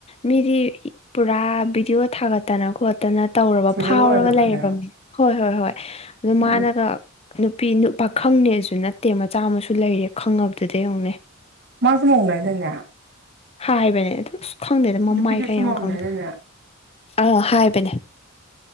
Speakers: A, on the left; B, on the right.
A: ꯃꯤꯗꯤ ꯄꯨꯔꯥ ꯕꯤꯗꯤꯑꯣ ꯊꯥꯒꯠ ꯇꯅ ꯈꯣꯠ ꯇꯅ ꯇꯧꯔꯕ
B: ꯐꯤꯖꯦꯜ
A: ꯐꯥꯎꯔꯒ
B: ꯑꯣꯏꯔꯕꯅꯦ
A: ꯂꯩꯔꯕꯒ ꯂꯩꯔꯕ ꯃꯤꯅꯤ ꯍꯣꯏ ꯍꯣꯏ ꯍꯣꯏ ꯑꯗꯨ
B: ꯎꯝ
A: ꯃꯥꯅꯒ ꯅꯨꯄꯤ ꯅꯨꯞ ꯄꯈꯪ ꯅꯦꯁꯨ ꯅꯠꯇꯦ ꯃꯆꯥ ꯑꯃꯁꯨ ꯂꯩꯔꯦ ꯈꯪꯉꯕꯗꯨꯗ ꯌꯦꯡꯉꯨ ꯅꯦ
B: ꯃꯥꯁꯨꯨ ꯃꯧꯅꯦ ꯍꯥꯏꯗꯥꯏꯅꯦ
A: ꯍꯥꯏꯕꯅꯦ ꯑꯗꯨ ꯑꯁ ꯈꯪꯗꯦꯗ ꯃꯃꯥꯏ
B: ꯅꯨꯄꯤꯗꯨꯁꯨ
A: ꯏꯀꯥꯏ ꯌꯥꯝ
B: ꯃꯧꯅꯦ
A: ꯈꯪꯗꯦ
B: ꯍꯥꯏꯗꯥꯏꯅꯦ
A: ꯑꯥ ꯍꯥꯏꯕꯅꯦ